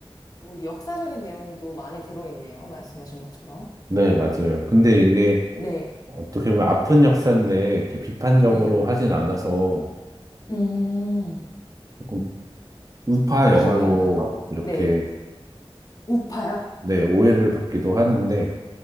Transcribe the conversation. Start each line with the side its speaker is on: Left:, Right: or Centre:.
Left: 뭐 역사적인 내용도 많이 들어있네요. 말씀하신 것처럼.
Right: 네, 맞아요. 근데 이게
Left: 네,
Right: 어떻게 보면 아픈 역사인데 이렇게 비판적으로
Left: 네.
Right: 하진 않아서
Left: 음,
Right: 조금 우파 영화로
Left: 기억이 안 나네.
Right: 이렇게
Left: 네. 우파요?
Right: 네, 오해를 받기도 하는데